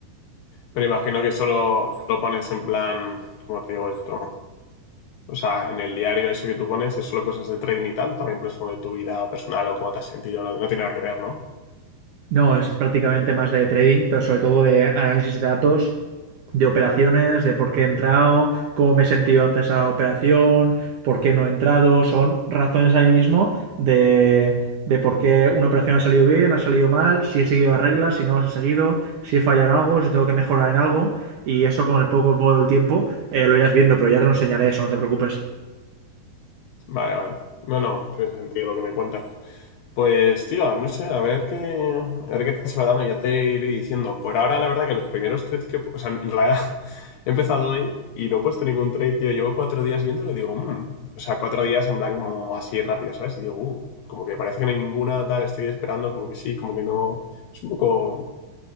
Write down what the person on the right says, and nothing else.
No, es prácticamente más de trading, pero sobre todo de análisis de datos, de operaciones, de por qué he entrado, cómo me he sentido antes a la operación, por qué no he entrado. Son razones ahí mismo de, de por qué una operación ha salido bien, ha salido mal, si he seguido las reglas, si no las he seguido, si he fallado en algo, si tengo que mejorar en algo. Y eso con el poco, poco del tiempo eh, lo irás viendo, pero ya te lo enseñaré eso, no te preocupes.